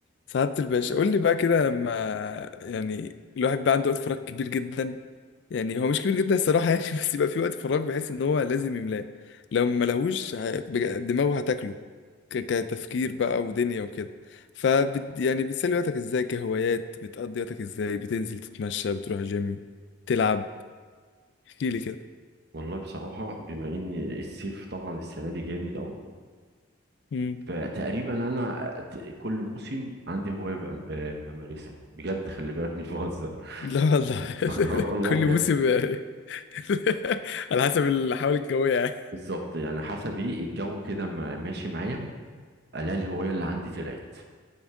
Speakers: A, on the left; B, on the right.
A: سعادة الباشا قول لي بقى كده لما يعني الواحد بقى عنده وقت فراغ كبير جدا يعني هو مش كبير جدا الصراحة يعني <laughs> بس يبقى في وقت فراغ بحيث ان هو لازم يملاه لو ما لهوش ه- بج- دماغه هتاكله ك- كتفكير بقى ودنيا وكده ف يعني بتسلي وقتك ازاي كهوايات بتقضي وقتك ازاي بتنزل تتمشى بتروح جيم تلعب احكي لي كده
B: والله بصراحة بما ان الصيف طبعا السنة دي جامد قوي
A: مم.
B: فتقريبا انا ت- كل موسم عندي هواية بأم- آه، بمارسها بجد خلي بالك مش بهزر
A: لا والله
B: <laughs> آه والله
A: <laughs> كل
B: بجد
A: موسم يعني <laughs> على حسب الحوالي الجوية يعني
B: بالظبط يعني حسب ايه الجو كده ما- ماشي معايا الاقي الهواية اللي عندي طلعت